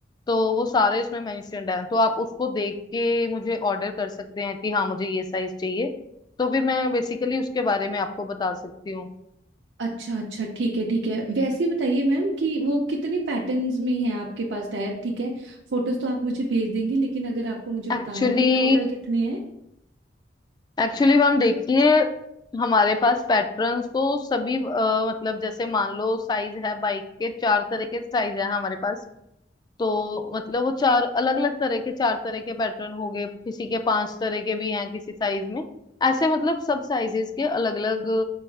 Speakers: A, on the left; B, on the right.
A: तो वो सारे उसमें मेंशन्ड हैं तो आप उसको देख के मुझे ऑर्डर कर सकते हैं कि हाँ मुझे ये साइज चाहिए तो फिर मैं बेसिकली उसके बारे में आपको बता सकती हूँ
B: अच्छा अच्छा ठीक है ठीक है वैसे बताइए मैम कि वो कितने पैटर्न्स में है आपके पास टायर ठीक है फोटोज तो आप मुझे भेज देंगे लेकिन अगर आपको मुझे बताना
A: एक्चुअली
B: हो कि टोटल कितने हैं
A: एक्चुअली मैम देखिए हमारे पास पैटर्न्स तो सभी अ, मतलब जैसे मान लो साइज है बाइक के चार तरह के साइज है हमारे पास तो मतलब वो चार अलग अलग तरह के चार तरह के पैटर्न हो गए किसी के पांच तरह के भी हैं किसी साइज में ऐसे मतलब सब साइजेस के अलग अलग